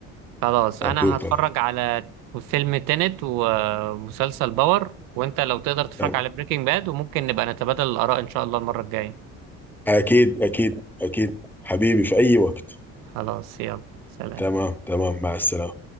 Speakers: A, on the right; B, in the centre.
A: خلاص انا
B: حدي وطلع
A: هتفرج على فيلم تينت ومسلسل باور وانت لو تقدر تتفرج
B: تمام
A: على بريكنج باد وممكن نبقى نتبادل الاراء ان شاء الله المرة الجاية
B: اكيد اكيد اكيد حبيبي في اي وقت
A: خلاص يلا سلام
B: تمام تمام مع السلامة